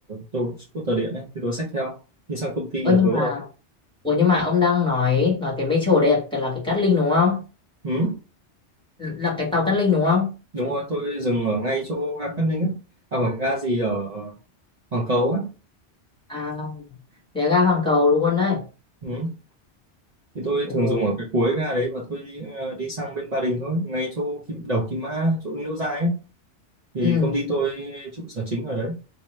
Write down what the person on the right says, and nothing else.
tôi scooter điện ấy, thì tôi xách theo đi sang công ty
là
tới
rồi
ừ.
đúng rồi tôi dừng ở ngay chỗ ga Cát Linh á à phải ga gì ở Hoàng Cầu á
ừ. thì tôi
thường dùng ở cái cuối ga đấy và tôi đi, ờ, đi sang bên Ba Đình thôi ngay chỗ kim, đầu Kim Mã chỗ Liễu Giai á thì
công ty tôi trụ sở chính ở đấy